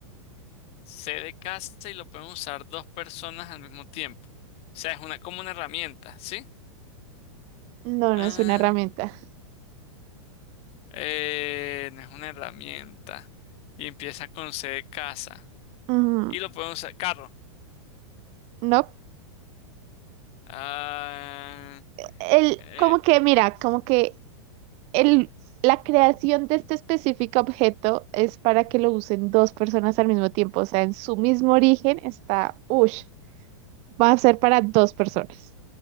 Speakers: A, on the left; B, on the right.
A: Se de casa y lo pueden usar dos personas al mismo tiempo. O sea, es una, como una herramienta, ¿sí?
B: No,
A: Ah.
B: no es una herramienta.
A: Eh, no es una herramienta. Y empieza con C de casa.
B: Ujú,
A: Y lo podemos usar. Carro.
B: No,
A: Ah,
B: el,
A: eh,
B: como que, mira, como que El, la creación de este específico objeto es para que lo usen dos personas al mismo tiempo, o sea, en su mismo origen está, ush, va a ser para dos personas.